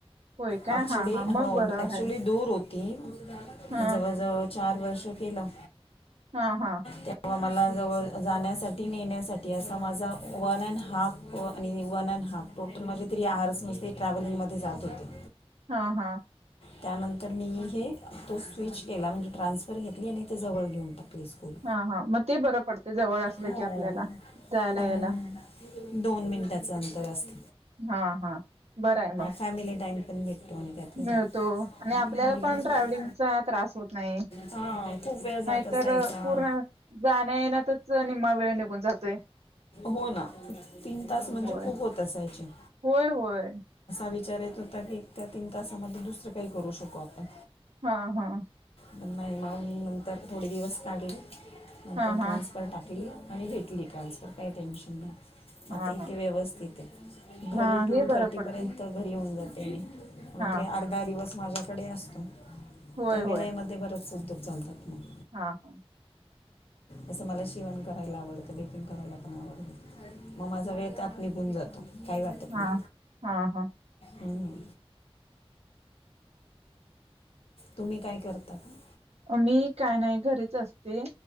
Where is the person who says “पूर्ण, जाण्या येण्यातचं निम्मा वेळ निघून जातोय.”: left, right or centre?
Right